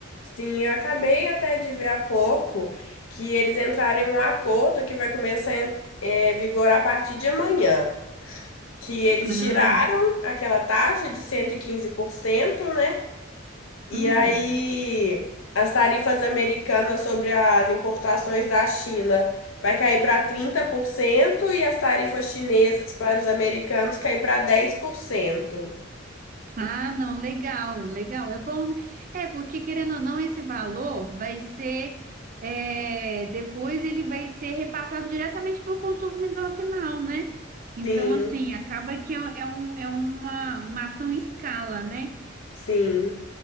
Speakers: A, on the left (about 80°); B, on the right (about 40°).
A: sim. Eu acabei até de ver há pouco que eles entraram em um acordo que vai começar a eh, vigorar a partir de amanhã. Que eles
B: Ah,
A: tiraram aquela taxa de cento e quinze por cento né? E
B: hum.
A: aí, as tarifas americanas sobre as importações da China vai cair para 30% e as tarifas chinesas para os americanos cair para dez por cento
B: Ah, não, legal, legal. É bom, né? É, porque querendo ou não, esse valor vai ser. é, depois ele vai ser repassado diretamente para o consumidor final, né? Então,
A: Sim,
B: assim, acaba que é é um, é uma, uma ação em escala, né?
A: sim.